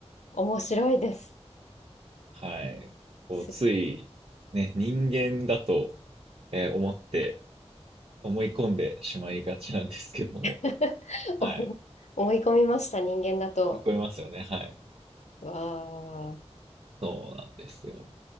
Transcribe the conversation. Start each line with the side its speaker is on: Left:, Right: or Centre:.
Left: 面白いです。
Right: はい。こう、
Left: す
Right: つい、ね、人間だと、えー思って、思い込んでしまいがちなんですけども、
Left: <laughs>
Right: はい。
Left: 思思い込みました、人間だと。
Right: 思い込みますよね。はい。
Left: わ
Right: そうなんですよ。